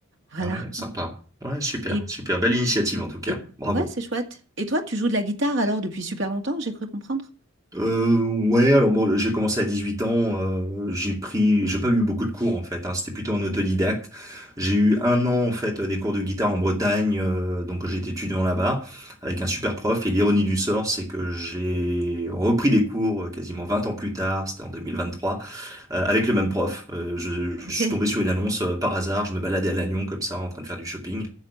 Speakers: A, on the right; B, on the right.
A: Voilà.
B: Ah ouais, sympa. Ouais, super,
A: Et,
B: super. Belle initiative en tout cas.
A: et
B: Bravo.
A: ouais, c'est chouette. Et toi, tu joues de la guitare alors depuis super longtemps, j'ai cru comprendre.
B: Euh, ouais, alors bon, j'ai commencé à 18 ans, euh, j'ai pris, j'ai pas eu beaucoup de cours en fait, hein, c'était plutôt en autodidacte. J'ai eu un an en fait des cours de guitare en Bretagne, euh, donc j'étais étudiant là-bas avec un super prof. Et l'ironie du sort, c'est que j'ai repris des cours euh, quasiment 20 ans plus tard, c'était en 2023, euh, avec le même prof. Euh, je, je
A: Ok.
B: suis tombé sur une annonce euh, par hasard, je me baladais à Lannion comme ça en train de faire du shopping